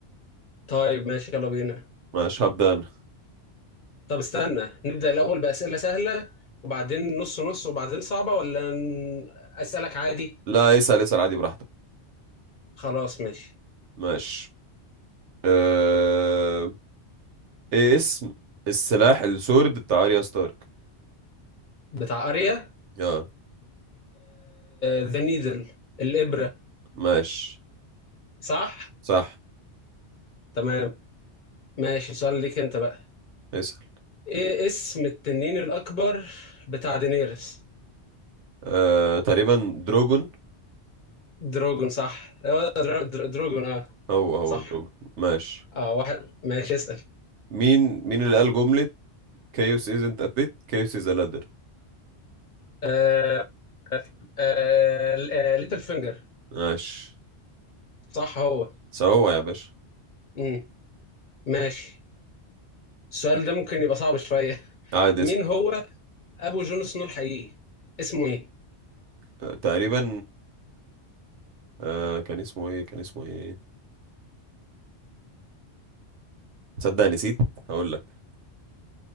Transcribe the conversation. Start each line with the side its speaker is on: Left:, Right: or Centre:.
Left: طيب ماشي يلا بينا
Right: ماشي هبدا انا
Left: طب استنى نبدا الاول باسئله سهله وبعدين نص نص وبعدين صعبه ولا ن- اسالك عادي
Right: لا اسال اسال عادي براحتك
Left: خلاص ماشي
Right: ماشي أه... ايه اسم السلاح السورد بتاع اريا ستارك
Left: بتاع اريا
Right: اه
Left: ذا نيدل الابره
Right: ماشي
Left: صح
Right: صح
Left: تمام ماشي سؤال ليك انت بقى
Right: اسال
Left: ايه اسم التنين الاكبر بتاع دينيرس
Right: أه... تقريبا دروجون
Left: دروجون صح اه، درا- درا- دروجون اه
Right: هو هو
Left: صح
Right: دروجون ماشي
Left: اه واحد ماشي اسال
Right: مين مين اللي قال جمله chaos isn't a pit chaos is a ladder
Left: آه آه آه ليتل فينجر
Right: ماشي
Left: صح هو
Right: سوا يا باشا
Left: امم ماشي السؤال ده ممكن يبقى صعب شويه <laughs>
Right: عادي
Left: مين
Right: اسال
Left: هو ابو جون سنو الحقيقي اسمه ايه
Right: آه، تقريبا آه كان اسمه ايه كان اسمه ايه تصدق نسيت هقول لك